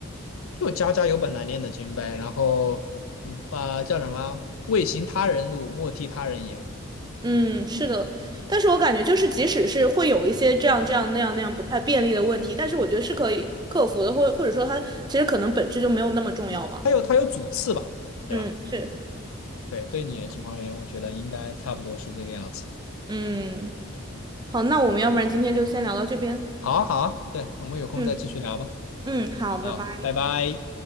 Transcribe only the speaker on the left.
就家家有本难念的经呗。然后，嗯啊、叫什么？未行他人路，莫替他人言。
它有它有主次吧，对吧？
对，对你的情况而言，我觉得应该差不多是这个样子。
好啊，好啊，对，我们有空再继续聊吧。
好，拜拜。